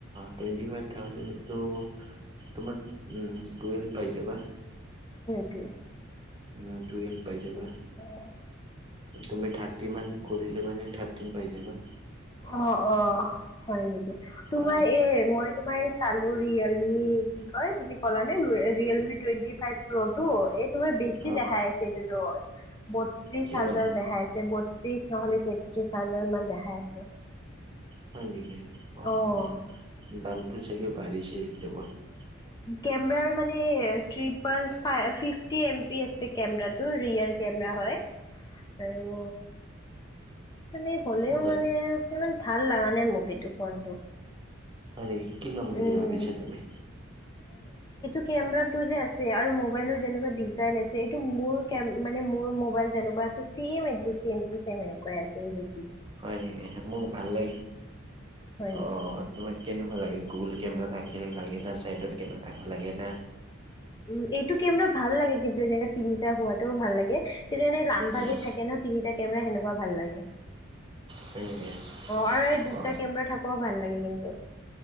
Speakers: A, on the right; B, on the left.
A: টুৱেণ্টি ফাইভ থাউজেণ্ডতো তোমাৰ উ, টুৱেলভ পাই যাবা।
B: <inaudible>
A: উ, টুৱেলভ পাই যাবা।
B: অ
A: তুমি থাৰ্টিমান কৰিলে, মানে থাৰ্টিন পাই যাবা।
B: অ', অ', হয় নেকি তোমাৰ
A: অ
B: এই মই তোমাৰ চালো ৰিয়েলমি কি কয় তুমি ক'লা নে Realme twenty five pro two এই বেছি
A: অ
B: দেখাই আছে, এইটোতো বত্ৰিশ
A: কিমান
B: হাজাৰ দেখাইছেতি। ত্ৰিশ নহলে, তেত্ৰিশ হাজাৰ মান দেখাই আছে।
A: হয়, নেকি অ',
B: অঁ
A: অ', দামটো চাগে বাঢ়িছে এতিয়া বৰ্তমান।
B: কেমে মানেপিফি এম পি আছে, কেমেৰাটোৰিয়েল কেম হয়, আৰু। মানে হ'লেও
A: অ
B: মানে ইমান ভাল লগা নে, মুগীটো ফোনটো।
A: হয় নেকি কি ল'ম বুলি
B: উম
A: ভাবিছা তুমি?
B: কেমেৰাতটো যে আছে আৰু মোবাইলৰ যেনেকুৱা ডিজাইন আছে এইটো মোৰ কেম মানে মোৰ মোবাইল যেনেকুৱা মম, ম, এনেকুৱছে
A: হয় নেকি মোক ভাল লাগে,
B: হয় নেকি
A: অ, তোমাৰ কেনেকুৱা লাগে। গুগুল কেমেৰা থাকিলিব লাগে ন, সাইডৰড কেমেৰা থাকিব লাগে ন।
B: উ, ম এইটোকি আমাৰ ভাল লাগে। কিন্তু এনেকোৱে তিনিটা হোৱাতটোও ভাল লাগে। তেনে লামভাগে
A: উম
B: থাকে ন, তিনিটা কেমেৰা সেনেকুৱা ভাল লাগে। অ,
A: হয় নেকি
B: আৰু এই
A: অ
B: দুটা কেমেৰা থাকোও ভাল লাগে কিন্তু।